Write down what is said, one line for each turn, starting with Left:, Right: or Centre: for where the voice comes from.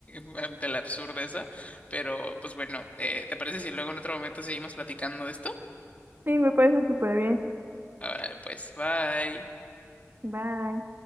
Left: <laughs> ante la absurdeza. Pero, pues bueno, eh, ¿te parece si luego en otro momento seguimos platicando de esto?
Right: Sí, me parece súper bien.
Left: Ahora, pues, bye.
Right: Bye.